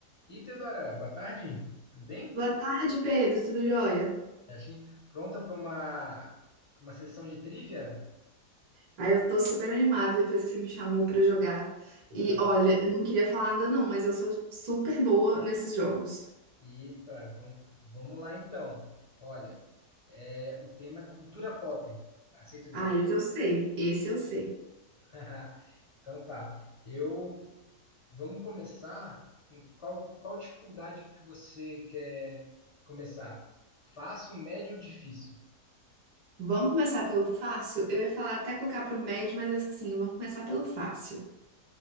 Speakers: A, on the left; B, on the right.
A: E Teodora, boa tarde, tudo bem?
B: Boa tarde, Pedro, tudo jóia?
A: Certinho? Pronta para uma, pra uma sessão de trivia? <laughs>
B: Aí eu tô super animada depois que você me chamou pra jogar.
A: Ah,
B: E olha, eu não queria falar nada não, mas eu sou super boa nesses jogos.
A: Eita, vamos, vamos lá então. Olha, é, o tema é cultura pop. Aceita o desafio?
B: Ah, esse eu sei, esse eu sei.
A: <laughs> Então tá. Eu vamos começar. em Qual, qual dificuldade que você quer começar? Fácil, médio ou difícil?
B: Vamos começar pelo fácil? Eu ia falar até colocar pro médio, mas assim, vamos começar pelo fácil.